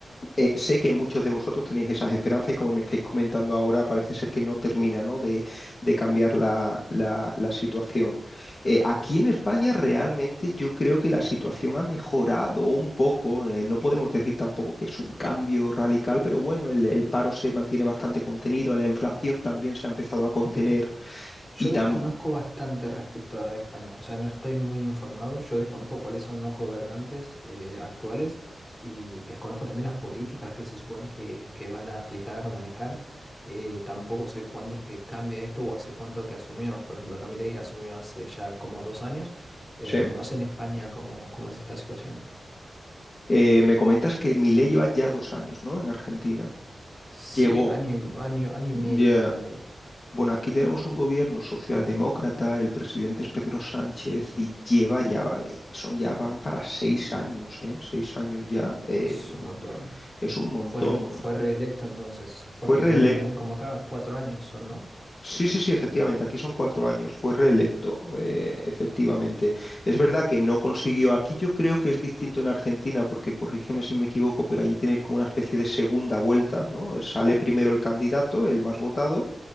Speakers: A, on the left; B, on the left.
A: eh, sé que muchos de vosotros tenéis esas esperanzas y como me estáis comentando ahora, parece ser que no termina, ¿no? de, de cambiar la, la- la situación. Eh, aquí en España realmente yo creo que la situación ha mejorado un poco. eh, no podemos decir tampoco que es un cambio radical, pero bueno, el, el paro se mantiene bastante contenido, la inflación también se ha empezado a contener
B: Ok. Yo
A: y también...
B: desconozco bastante respecto a España, o sea, no estoy muy informado, yo desconozco cuáles son los gobernantes eh, actuales y desconozco también las políticas que se supone que, que van a aplicar o manejar. Eh, tampoco sé cuándo es que cambia esto o hace cuánto que asumió. Por ejemplo, Milei asumió hace ya como dos años. Eh,
A: Sí.
B: no sé en España cómo, cómo es esta situación.
A: Eh, me comentas que mi lleva ya dos años, ¿no? En Argentina.
B: Sí,
A: Llegó.
B: año, y- año, año y
A: Ya,
B: medio, ponele.
A: Bueno, aquí tenemos un gobierno socialdemócrata, el presidente es Pedro Sánchez y lleva ya, yo creo que son ya van para seis años, ¿eh? Seis años ya, eh,
B: Es un montón.
A: es un montón.
B: Fue, re- fue reelecto entonces, porque
A: Fue reelecto.
B: duran también como acá cuatro años, son, ¿no?
A: Sí, sí, sí, efectivamente, aquí son cuatro años, fue reelecto, eh, efectivamente. Es verdad que no consiguió, aquí yo creo que es distinto en Argentina, porque corrígeme si me equivoco, pero allí tenéis como una especie de segunda vuelta, ¿no? Sale primero el candidato, el más votado,